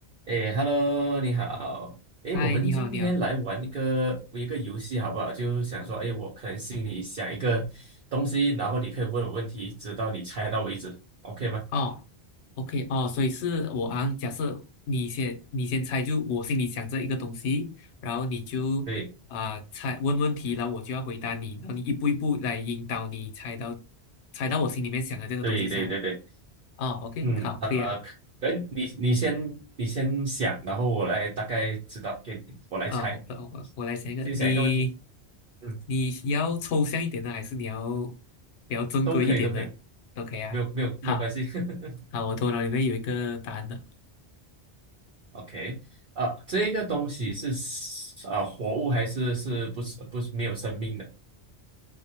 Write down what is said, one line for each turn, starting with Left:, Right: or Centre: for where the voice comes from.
Right: 哎，Hello，你好。哎，
Left: 嗨，
Right: 我们今天来玩一个一个游戏好不好？
Left: 你好，你好。
Right: 就想说，哎，我可能心里想一个东西，然后你可以问我问题，直到你猜到为止，OK 吗？
Left: 哦，OK，哦，所以是我啊。假设你先，你先猜，就我心里想着一个东西，然后你就啊、
Right: 对，
Left: 猜问问题，然后我就要回答你，然后你一步一步来引导你猜到猜到我心里面想的这个东西上。
Right: 对，对，对，对。
Left: 哦，OK，
Right: 嗯，
Left: 好，可以啊。
Right: 呃，可能你你先你先想，然后我来大概知道，给你我来猜。
Left: 啊、我我我我来想一个，
Right: 你先想一个问题，
Left: 你
Right: 嗯，
Left: 你要抽象一点的，还是你要比较正规一点的？
Right: 都可以，都可以，
Left: 都可以啊。
Right: 没有没有没有关系。
Left: 好，
Right: <laughs>
Left: 好，我头脑里面有一个答案的。
Right: OK，啊，这个东西是呃活物还是是不是不是没有生命的？